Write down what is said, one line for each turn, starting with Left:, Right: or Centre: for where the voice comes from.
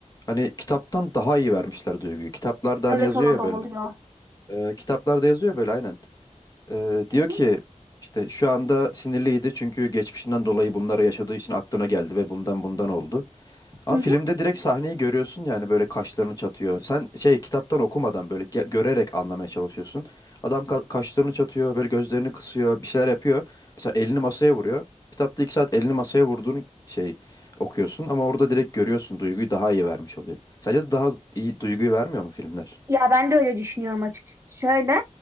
Left: Hani kitaptan daha iyi vermişler duyguyu. Kitaplarda
Right: Evet
Left: hani yazıyor
Right: o
Left: ya
Right: da
Left: böyle.
Right: oluyor.
Left: Eee, kitaplarda yazıyor böyle aynen. Ee, diyor
Right: Hı hı.
Left: ki işte şu anda sinirliydi çünkü geçmişinden dolayı bunları yaşadığı için aklına geldi ve bundan bundan oldu. Ama
Right: Hı hı.
Left: filmde direkt sahneyi görüyorsun yani böyle kaşlarını çatıyor. Sen şey kitaptan okumadan böyle ge- görerek anlamaya çalışıyorsun. Adam ka- kaşlarını çatıyor, böyle gözlerini kısıyor, bir şeyler yapıyor. Mesela elini masaya vuruyor. Kitapta iki saat elini masaya vurduğunu şey okuyorsun ama orada direkt görüyorsun duyguyu daha iyi vermiş oluyor. Sence de daha iyi duyguyu vermiyor mu filmler?
Right: Ya ben de öyle düşünüyorum açıkçası. Şöyle